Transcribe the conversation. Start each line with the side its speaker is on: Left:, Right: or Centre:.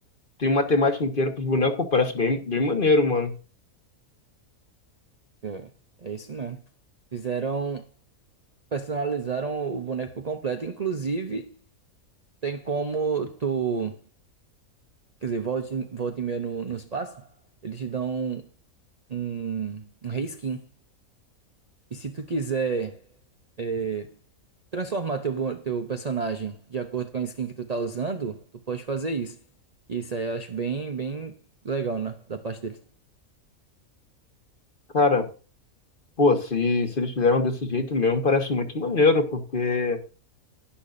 Left: Tem uma temática inteira pros bonecos, pô, parece bem, bem maneiro, mano.
Right: É, é isso mesmo. Fizeram. personalizaram o boneco por completo. Inclusive, tem como tu, quer dizer, volta, e- volta e meia no, no espaço, eles te dão um, um, um reskin. E se tu quiser é, transformar teu, bo- teu personagem de acordo com a skin que tu tá usando, tu pode fazer isso. E isso aí eu acho bem, bem legal, né? Da parte deles.
Left: Cara, pô, se, se eles fizeram desse jeito mesmo, parece muito maneiro, porque